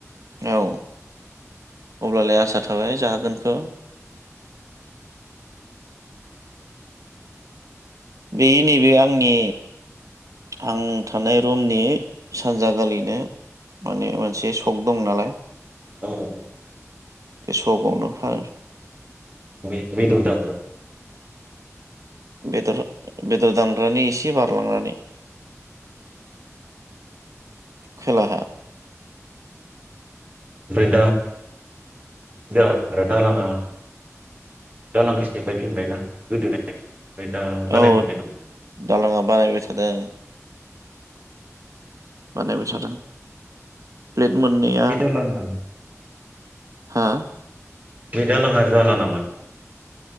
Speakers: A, on the right; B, on the right.
A: औ अब्लालाय आसा थाबाय जाहागोनखौ। बे नैबे आंनि आं थानाय रुमनि सानजा गालिनो माने मोनसे सक दं नालाय
B: औ औ।
A: बे सक आवनो गंनो फानो।
B: बे -बेदरदा
A: बेदर बेदर दांग्रानि एसे बारलांनानै खोलाहा।
B: ओमफ्राय दा बै दालाङा दालांखौ सेफायफिनबायना गोदोनाय ओमफ्राय दा बानायफिनदों
A: औ
B: नामा
A: दालाङा बानायबाय थादों। बानायबाय थादों। प्लेट मोननैया
B: बे दालाङा
A: हा?
B: बे दालांआ जाला नामा